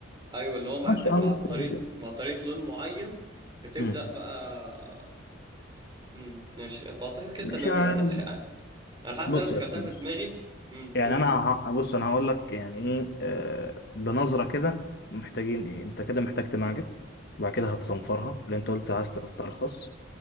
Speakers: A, on the right; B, on the left.
A: ايوه اللي هو مع
B: ماشي
A: الد-
B: اه
A: مع طريقه
B: ممكن
A: مع طريقه لون معين بتبدا
B: مم.
A: بقى امم ماشي انت اعتقد كده
B: ماشي
A: تمام يعني
B: آه،
A: انا انا حاسس
B: بص
A: إن انا دخلتها
B: يا اسطى
A: في
B: بص
A: دماغي امم
B: يعني
A: قول
B: انا ه- ه- بص انا هقول لك يعني ايه آه، بنظره كده محتاجين ايه انت كده محتاج تمعجن وبعد كده هتصنفرها اللي انت قلت عايز تسترخص